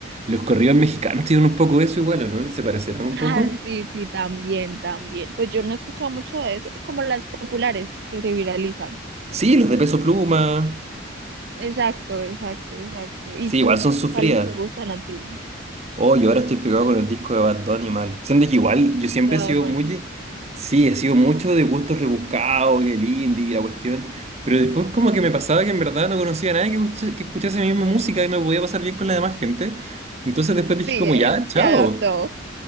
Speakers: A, on the right; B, on the right.
A: los corridos mexicanos tienen un poco eso igual, ¿o ¿no? ¿Se parecerán un
B: Ah,
A: poco?
B: sí, sí, también, también. Pues yo no he escuchado mucho de eso, como las populares que se viralizan.
A: Sí, los de Peso Pluma.
B: Exacto, exacto, exacto. ¿Y
A: Sí,
B: tú?
A: igual son sufridas.
B: ¿Cuáles te gustan a ti
A: Oh, yo ahora estoy pegado con el disco de Bad Bunny mal. Siendo que igual, yo siempre
B: de Bad
A: he sido
B: Bunny?
A: muy... Sí, he sido mucho de gustos rebuscados, y el indie y la cuestión. Pero después como que me
B: Mm,
A: pasaba que en verdad no conocía a nadie que, escucha- que escuchase mi misma música y no lo podía pasar bien con la demás gente. Entonces después
B: Sí,
A: dije como,
B: eh,
A: ya, chao.
B: se adaptó.